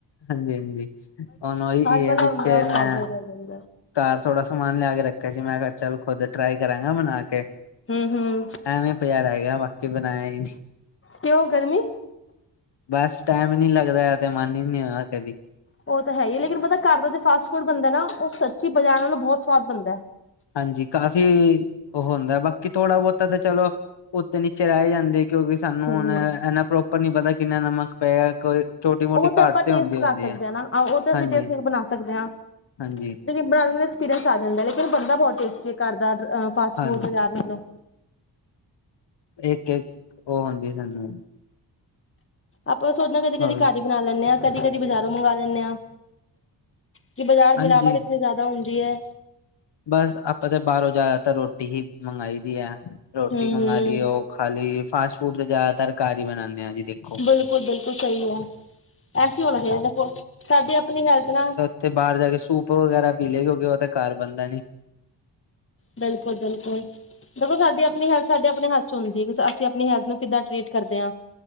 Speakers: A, on the left; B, on the left.
A: ਹਾਂਜੀ -ਹਾਂਜੀ ਉਹਨਾ ਈ ਇਹ
B: ਵਾਲਾ
A: ਵਿੱਚ
B: ਹੁੰਦਾ
A: ਆਵਾ
B: ਉਹ ਖਾਦਾ ਹੀ ਰਹਿ ਜਾਂਦਾ
A: ਘਾਰ ਥੋੜਾ ਸਮਾਨ ਲਿਆ ਕੇ ਰੱਖਿਆ ਸੀ, ਮੈਂ ਕਿਹਾ ਚੱਲ ਖੁਦ ਟਰਾਈ ਕਰਾਂਗੇ ਬਣਾ ਕੇ।
B: ਹੂੰ-ਹੂੰ
A: ਐਵੇਂ ਪਿਆ ਰਹਿ ਗਿਆ, ਬਾਕੀ ਬਣਾਇਆ ਹੀ ਨਹੀਂ।
B: ਕਿਉਂ ਗਰਮੀ
A: ਬਸ ਟਾਈਮ ਨੀ ਲੱਗਦਾ ਤੇ ਮਨ ਹੀ ਨੀ ਹੋਇਆ ਕਦੀ।
B: ਉਹ ਤਾਂ ਹੈ ਹੀ, ਲੇਕਿਨ ਪਤਾ ਘਰ ਦਾ ਜੋ ਫਾਸਟ ਫੂਡ ਬਣਦਾ ਨਾ, ਉਹ ਸੱਚੀ ਬਜਾਰ ਨਾਲੋਂ ਬਹੁਤ ਸਵਾਦ ਬਣਦਾ।
A: ਹਾਂਜੀ ਕਾਫ਼ੀ ਉਹ ਹੁੰਦਾ, ਬਾਕੀ ਥੋੜਾ ਬਹੁਤਾ ਤਾਂ ਚਲੋ ਉੱਤੇ ਨੀਚੇ ਰਹਿ ਜਾਂਦੀਏ, ਕਿਉਂਕਿ ਸਾਨੂੰ
B: ਹੂੰ।
A: ਹੁਣ ਇਨਾ ਪ੍ਰੋਪਰ ਨੀ ਪਤਾ ਕਿੰਨਾ ਨਮਕ ਪਏਗਾ ਕੋਈ ਛੋਟੀ ਮੋਟੀ
B: ਉਹ ਤੇ
A: ਘਾਟ
B: ਆਪਾਂ ਟੇਸਟ
A: ਹੁੰਦੀ
B: ਕਰ
A: ਹੁੰਦੀ
B: ਸਕਦੇ
A: ਹੈ
B: ਹਾਂ, ਨਾ ਉਹ ਤੇ ਅਸੀਂ
A: ਹਾਂਜੀ
B: ਟੇਸਟ ਕਰਕੇ ਬਣਾ ਸਕਦੇ ਹਾਂ। ਜਿਮੇਂ
A: ਹਾਂਜੀ
B: -ਜਿਮੇਂ ਬਣਾ ਲੈਨੇ ਆ ਐਕਸਪੀਰੀਅੰਸ ਆ ਜਾਂਦਾ, ਲੇਕਿਨ ਬਣਦਾ ਬਹੁਤ ਟੈਸਟੀ ਘਰ ਦਾ ਫਾਸਟ
A: ਹਾਂਜੀ
B: ਫੂਡ ਯ ਮੈਨੂੰ
A: ਇੱਕ- ਇੱਕ ਉਹ ਆਉਂਦੀ ਸਾਨੂੰ
B: ਆਪਾਂ ਸੋਚਨਾ ਕਦੀ-
A: ਹੋਰ
B: ਕਦੀ ਘਰ ਹੀ ਬਣਾ ਲੈਨੇ ਹਾਂ, ਕਦੀ -ਕਦੀ ਬਜ਼ਾਰੋਂ ਮੰਗਵਾ ਲੈਂਨੇ ਹਾਂ। ਕਿ ਬਾਜ਼ਾਰ ਮਿਲਾਵਟ
A: ਹਾਂਜੀ
B: ਇਤਨੀ ਜ਼ਿਆਦਾ ਹੁੰਦੀ ਏ।
A: ਬਸ, ਆਪਾਂ ਤਾਂ ਬਾਹਰੋਂ ਜ਼ਿਆਦਾਤਰ ਰੋਟੀ ਹੀ ਮੰਗਾਈ ਦੀ ਏ, ਰੋਟੀ
B: ਹੂੰ-ਹੂੰ
A: ਮੰਗ ਆਲੀ ਓ ਖਾਲੀ, ਫਾਸਟ ਫੂਡ ਤੇ ਜ਼ਿਆਦਾਤਰ ਘਰ ਹੀ ਬਣਾਨੇ ਆ ਜੀ। ਦੇਖੋ
B: ਬਿਲਕੁਲ -ਬਿਲਕੁਲ ਸਹੀ ਹੈ, ਐਸੇ ਏ ਹੋਣਾ ਚਾਹੀਦਾ ਦੇਖੋ, ਸਾਡੀ ਆਪਣੀ ਹੈਲਥ ਨਾਲ
A: ਤੇ ਬਾਹਰ ਜਾ ਕੇ ਸੂਪ ਵਗੈਰਾ ਪੀ ਲਏ, ਕਿਉਂਕਿ ਉਹ ਤਾਂ ਘਰ ਬਣਦਾ ਨੀ।
B: ਬਿਲਕੁਲ- ਬਿਲਕੁਲ। ਦੇਖੋ, ਸਾਡੀ ਆਪਣੀ ਹੈਲਥ ਸਾਡੇ ਆਪਣੇ ਹੱਥ ਚ ਹੁੰਦੀ ਹੈ। ਅਸੀਂ ਆਪਣੀ ਹੈਲਥ ਨੂੰ ਕਿੱਦਾਂ ਟਰੀਟ ਕਰਦੇ ਹਾਂ।